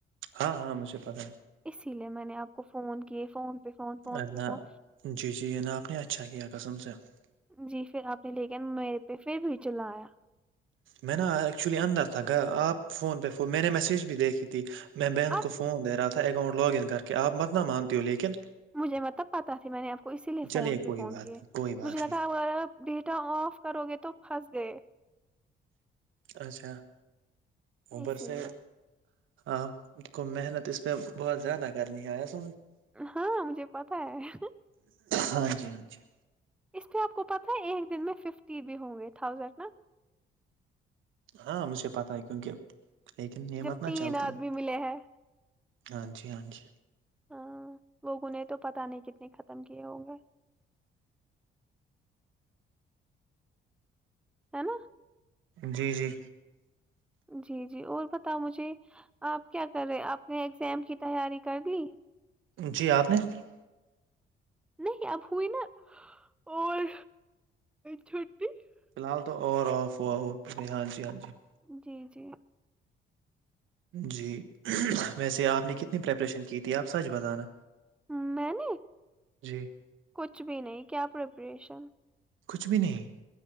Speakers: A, on the right (about 80°); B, in the centre.
A: ہاں ہاں مجھے پتا ہے
B: اسی لیے میں نے آپ کو فون کیے فون پہ فون فون
A: اپنا
B: پہ فون
A: جی جی یہ نا آپ نے اچھا کیا قسم سے <unintelligible>
B: جی پھر آپ نے لے کے میرے پہ پھر بھی چلایا
A: میں نا ایکچولی اندر تھا آپ فون پہ میں نے میسج بھی دیکھی تھی میں بہن
B: اب
A: کو فون دے رہا تھا اکاؤنٹ لاگ ان کر کے آپ مت نہ مانتی ہو لیکن
B: مجھے مطلب پتا تھاھی میں نے آپ کو اسی لیے فون
A: چلیے
B: پہ
A: کوئی
B: فون
A: بات
B: کیے
A: نہیں کوئی بات
B: مجھے لگا
A: نہیں
B: <unintelligible> بیٹا آف کرو گے تو پھنس دئے
A: اچھا <unintelligible> اوپر
B: اسی
A: سے
B: لیے
A: آپ کو محنت اس پہ بہت زیادہ کرنی ہے س
B: ہاں مجھے پتا ہے
A: ہاں جی ہاں جی <unintelligible>
B: اس پہ آپ کو پتہ ہے ایک دن میں ففٹی بھی ہوں گے تھاؤزینڈ نا
A: ہاں مجھے پتا ہے کیونکہ لیکن نعمت
B: جب
A: نہ
B: تین
A: چلتی
B: آدمی
A: ہے
B: ملے ہیں
A: ہاں جی ہاں جی
B: ہاں لوگوں نے تو پتا نہیں کتنے ختم کیے ہوں گے ہے نا <unintelligible>
A: جی جی
B: جی جی اور بتاؤ مجھے آپ کیا کر رہے آپ نے اگزام کی تیاری کر لی
A: جی آپ نے <unintelligible>
B: نہیں اب ہوئی نا اور چھٹی <unintelligible>
A: فی الحال تو اور آف ہوا وہ ہاں ج جی ہاں جی <unintelligible>
B: جی جی
A: جی ویسے آپ نے کتنی پریپریشن کی تھی آپ سچ بتانا
B: ہ میں نے <unintelligible>
A: جی <unintelligible>
B: کچھ بھی نہیں کیا پریپریشن <unintelligible>
A: کچھ بھی نہیں <unintelligible>